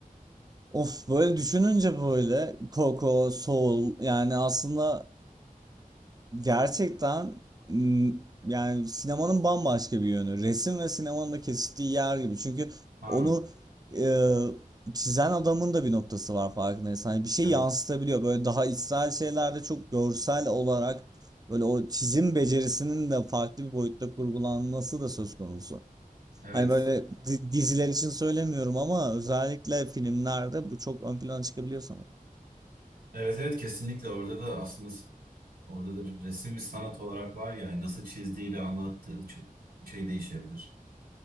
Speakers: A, on the right; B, on the right.
A: Of böyle düşününce böyle Coco, Soul yani aslında gerçekten m, yani sinemanın bambaşka bir yönü. Resim ve sinemanın da kesiştiği yer gibi. Çünkü
B: Ha,
A: onu e, çizen adamın da bir noktası var farkındaysan. Hani bir şey
B: evet,
A: yansıtabiliyor. Böyle daha içsel şeylerde çok görsel olarak böyle o çizim becerisinin de farklı bir boyutta kurgulanması da söz konusu.
B: evet.
A: Hani böyle di- diziler için söylemiyorum ama özellikle filmlerde bu çok ön plana çıkabiliyor sanırım.
B: Evet evet kesinlikle orada da aslında Orada da bir resim bir sanat olarak var ya, yani nasıl çizdiğiyle anlattığı çok şey değişebilir.